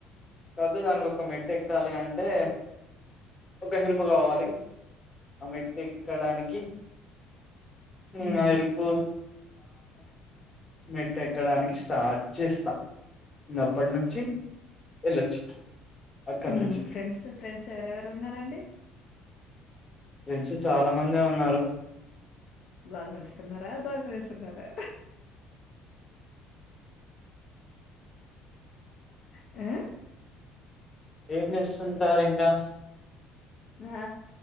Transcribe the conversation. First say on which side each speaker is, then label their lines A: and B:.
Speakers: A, on the left; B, on the left.
A: కాకపోతే దానికి ఒక మెట్టు ఎక్కాలి అ అదే ఒక హెల్ప్ కావాలి ఆ మెట్ ఎక్కడానికి ఇంగ
B: హ్మ్.
A: ఆ హెల్పు మెట్టెక్కడానికి స్టార్ట్ చేస్తా అప్పటి నుంచి వెళ్ళొచ్చు అక్కడ
B: మ్మ్
A: నుంచి
B: ఫ్రెండ్స్ ఫ్రెండ్స్ ఎవరెవరు ఉన్నారండి
A: ఫెండ్స్ చాలా మందే ఉన్నారు
B: గల్ ఫ్రెండ్స్ ఉన్నారా బాయ్ ఫ్రెండ్ ఉన్నారా ఆ
A: ఏం చేస్ కుంటారు ఇంకా
B: ఆ